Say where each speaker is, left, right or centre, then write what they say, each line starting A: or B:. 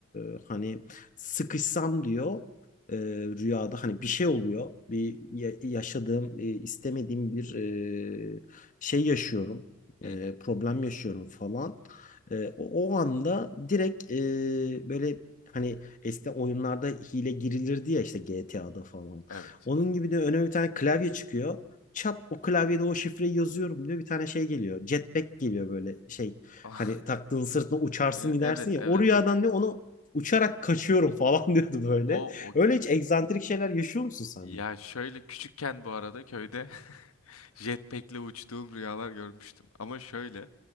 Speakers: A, on the left; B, on the left.
A: e, hani sıkışsam diyor e, rüyada hani bir şey oluyor. Bir ya- yaşadığım e, istemediğim bir e, şey yaşıyorum. E,
B: hı hı.
A: problem yaşıyorum falan. E, o, o anda direkt e, böyle hani eskiden oyunlarda hile girilirdi ya işte GTA'da falan.
B: Evet.
A: Onun gibi de önüme bir tane klavye çıkıyor çat o klavyede o şifreyi yazıyorum diyor. Bir tane şey geliyor. Jetpack geliyor böyle şey.
B: <laughs>
A: Hani
B: Ah,
A: taktığın sırtına uçarsın
B: E-
A: gidersin
B: Evet,
A: ya.
B: evet,
A: O rüyadan
B: evet.
A: ne onu uçarak kaçıyorum <laughs> falan diyordu böyle.
B: O, o
A: Öyle hiç egzantrik şeyler yaşıyor musun sen
B: ya
A: de?
B: şöyle küçükken bu arada köyde <laughs> jetpack'le uçtuğum rüyalar görmüştüm. Ama şöyle